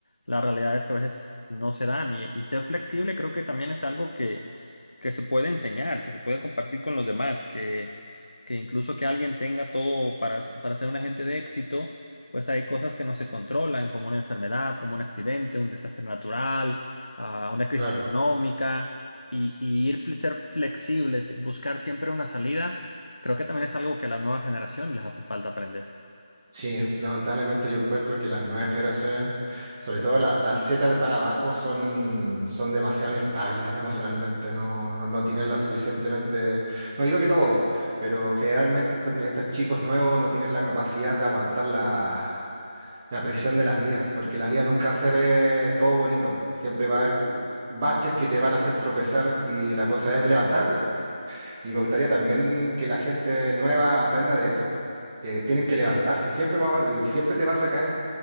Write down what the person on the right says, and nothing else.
Claro.
Sí, lamentablemente yo encuentro que las nuevas generaciones, sobre todo la, la Z de para abajo, son, son demasiado inestables emocionalmente, no, no, no tienen la suficientemente, no digo que todos, pero generalmente estos, estos chicos nuevos no tienen la capacidad de aguantar la, la presión de la vida, porque la vida nunca va a ser eh, todo bonito, siempre va a haber baches que te van a hacer tropezar y la cosa es levantarte. Y me gustaría también que la gente nueva aprenda de eso, que tienen que levantarse, siempre vamos a- siempre te vas a caer.